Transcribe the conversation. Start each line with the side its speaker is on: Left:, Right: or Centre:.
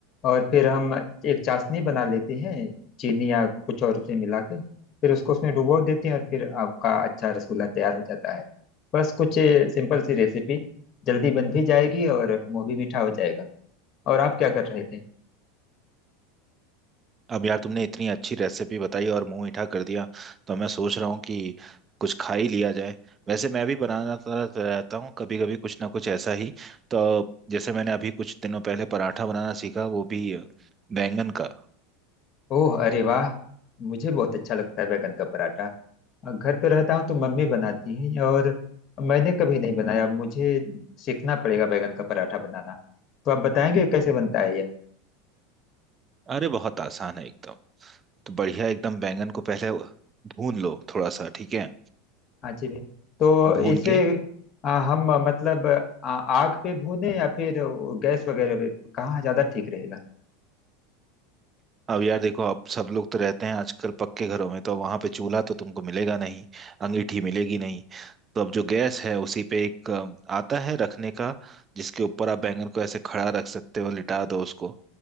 Left: और फिर हम एक चाशनी बना लेते हैं चीनी या कुछ और से मिला के फिर उसको उसमें डुबो देते हैं और फिर आपका अच्छा रसगुल्ला तैयार हो जाता है बस कुछ ए, सिंपल सी रेसिपी जल्दी बन भी जाएगी और मुंह भी मीठा हो जाएगा और आप क्या कर रहे थे
Right: अब यार तुमने इतनी अच्छी रेसिपी बताई और मुंह मीठा कर दिया तो मैं सोच रहा हूँ कि कुछ खा ही लिया जाए वैसे मैं भी बनाना तो रहता हूँ कभी कभी कुछ ना कुछ ऐसा ही तो जैसे मैंने अभी कुछ दिनों पहले पराठा बनाना सीखा वो भी बैंगन का
Left: ओह अरे वाह मुझे बहुत अच्छा लगता है बैगन का पराठा अ, घर पे रहता हूँ तो मम्मी बनाती है और मैंने कभी नहीं बनाया मुझे सीखना पड़ेगा बैगन का पराठा बनाना तो आप बताएंगे कैसे बनता है
Right: अरे बहुत आसान है एकदम तो बढ़िया एकदम बैंगन को पहले भून लो थोड़ा सा ठीक है
Left: हाँ जी भी तो
Right: भून
Left: इसे
Right: के
Left: आ, हम मतलब आ, आग पे भूनें या फिर वो गैस वगैरह पे कहाँ ज़्यादा ठीक रहेगा
Right: अब यार देखो अब सब लोग तो रहते हैं आजकल पक्के घरों में तो वहां पे चूल्हा तो तुमको मिलेगा नहीं अंगीठी मिलेगी नहीं तो अब जो गैस है उसी पे एक अ, आता है रखने का जिसके ऊपर आप बैंगन को ऐसे खड़ा रख सकते हो लिटा दो उसको